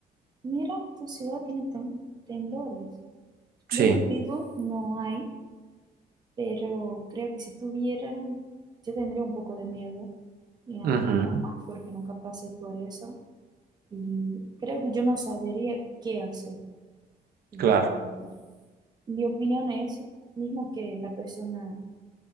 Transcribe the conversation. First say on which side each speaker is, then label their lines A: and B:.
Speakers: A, on the right; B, on the right.
A: Mira, tu ciudad tiene tem- temblores.
B: Sí.
A: Donde vivo no hay, pero creo que si tuviera, yo tendría un poco de miedo, y aún
B: Ujú.
A: aún más porque nunca pasé por eso. Y creo que yo no sabería qué hacer. Y-
B: Claro.
A: y mi opinión es, mismo que la persona